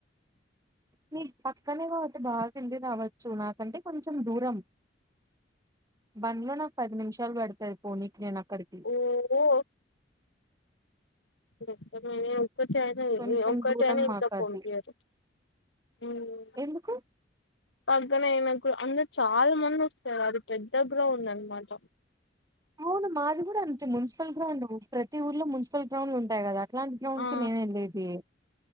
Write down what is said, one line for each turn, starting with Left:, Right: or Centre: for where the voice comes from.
Right: మీరు పక్కనే కాబట్టి బాగా తిరిగి రావచ్చు నాకంటే కొంచెం దూరం బండ్లో నాకు పది నిమిషాలు పడతది పోనీకి నేను అక్కడికి
Left: ఓహో ఒక్కటయిని ఒక్కటయితే
Right: కొంచెం
Left: ఒక్కటే
Right: దూరం
Left: అని ఇంట్లో
Right: మాకు
Left: పంపియ్యరు
Right: అది
Left: ఏమి
Right: ఎందుకు
Left: పక్కన ఆయనకు అంద చాలా మంది వస్తారు అది పెద్ద గ్రౌండ్ అనమాట
Right: అవును మాది కూడా అంతే మున్సిపల్ గ్రౌండ్ ప్రతి ఊర్లో మున్సిపల్ గ్రౌండ్ ఉంటాయి కదా అట్లాంటి గ్రాండ్కి
Left: ఆ
Right: నేను వెళ్ళేది